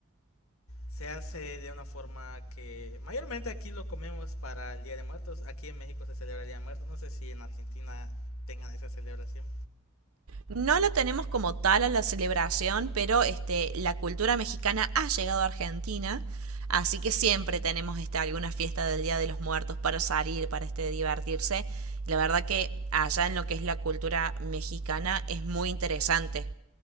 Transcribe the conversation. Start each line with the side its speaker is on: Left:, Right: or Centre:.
Left: se hace de una forma que mayormente aquí lo comemos para el Día de Muertos, aquí en México se celebra el Día de Muertos, no sé si en Argentina tengan esa celebración.
Right: No lo tenemos como tal a la celebración, pero este, la cultura mexicana ha llegado a Argentina, así que siempre tenemos este, alguna fiesta del Día de los Muertos para salir, para este, divertirse. La verdad que allá en lo que es la cultura mexicana es muy interesante